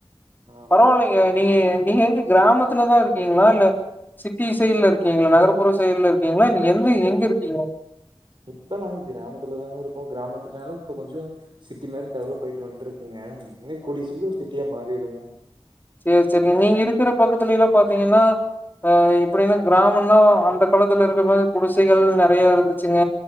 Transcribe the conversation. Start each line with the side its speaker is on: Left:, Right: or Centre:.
Right: ஆமாங்க
Left: பரவாலைங் க நீங்க நீங்க எங்க கிராமத்துலதா இருக்கீங்களா இல்ல சிட்டி சைட்ல இருக்கீங்களா நகர்புற சைட்ல இருக்கீங்களா இல்ல எந்த எங்க இருக்கீங்க
Right: இப்ப நாங்க கிராமத்துலதாங்க இருக்கோ கிராமத்துனாலு இப்ப கொஞ்சோ சிட்டி மாரி டெவலப் ஆயிட்டு வண்ட்ருக்குங்க இனியு கூடியா சீக்ர சிட்டியா மாறிடுங்க
Left: சேர் சேரிங்க நீங்க இருக்குற பக்கத்துலலா பாத்தீங்கன்னா அ எப்டின்னா கிராமனா அந்த காலத்துல இருக்க மாரி குடிசைகள் நெறைய இருந்துச்சிங்க